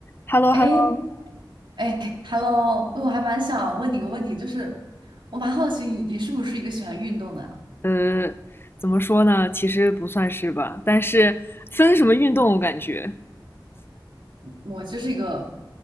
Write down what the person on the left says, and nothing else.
h e l l o
h e l l o
呃，怎么说呢？其实不算是吧，但是分什么运动，我感觉